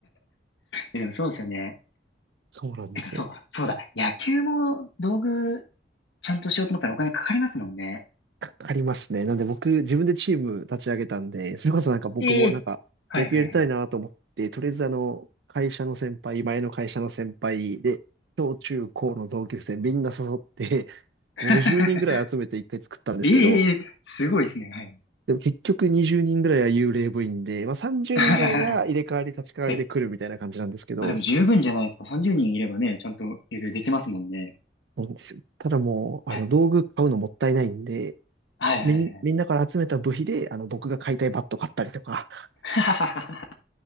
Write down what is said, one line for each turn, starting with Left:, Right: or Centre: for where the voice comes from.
Left: いやでもそうですよね。
Right: そうなんですよね。
Left: てからそう、そうだ。野球も道具ちゃんとしようと思ったらお金かかりますもんね。
Right: かかりますね。なんで僕、自分でチーム立ち上げたんで、それこそなんか僕もなんか野球やりたいなと思って、
Left: ええはいはいはい。
Right: とりあえずあの、会社の先輩、前の会社の先輩で、小中高の同級生みんな誘って、
Left: <laughs>
Right: 50人ぐらい集めて一回作ったんですけど、
Left: ええええすごいですね。はい。
Right: でも結局20人ぐらいは幽霊部員で、まあ、30人ぐらいが入れ替わり立ち替わりで来るみたいな感じなんですけど、
Left: <laughs> え、あ、でも十分じゃないですか。30人いればね、ちゃんと営業できますもんね。
Right: そうなんですよただもう、
Left: いや、
Right: あの、道具買うのもったいないんで、
Left: はいはいはい。
Right: みん、みんなから集めた部費で、あの、僕が買いたいバット買ったりとか、
Left: <laughs>